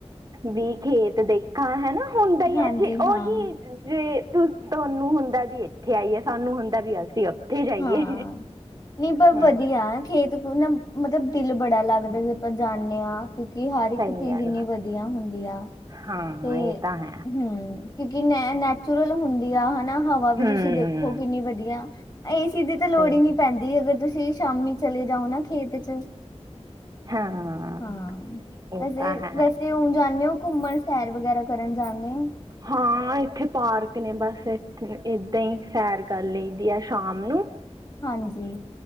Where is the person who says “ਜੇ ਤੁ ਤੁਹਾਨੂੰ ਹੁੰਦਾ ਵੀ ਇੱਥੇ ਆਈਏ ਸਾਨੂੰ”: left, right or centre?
Right